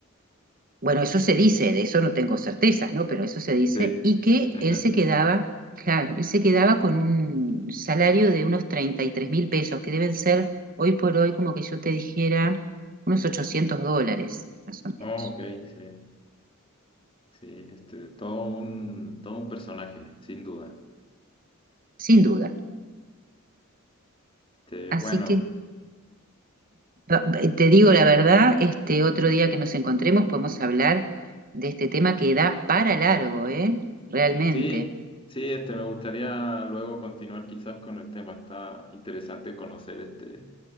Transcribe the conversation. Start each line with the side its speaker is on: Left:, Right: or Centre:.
Right: bueno, eso se dice, de eso no tengo certezas, ¿no? Pero eso se dice,
Left: sí.
Right: y que
Left: <laughs>
Right: él se quedaba, claro, él se quedaba con un salario de unos treinta y tres mil pesos, que deben ser hoy por hoy, como que yo te dijera, unos 800 dólares, más o menos,
Left: Oh, ok, sí, sí, este, todo un, todo un personaje, sin duda.
Right: sin duda.
Left: Este,
Right: Así
Left: bueno,
Right: que va- va- te digo la verdad, este otro día que nos encontremos podemos hablar de este tema que da para largo, ¿eh? Realmente.
Left: sí, sí, este, me gustaría luego continuar quizás con el tema. Está interesante conocer este